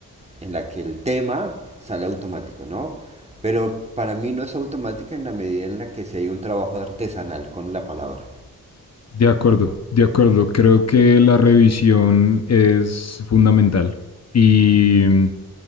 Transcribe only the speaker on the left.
De acuerdo, de acuerdo. Creo que la revisión es fundamental. Y, mm,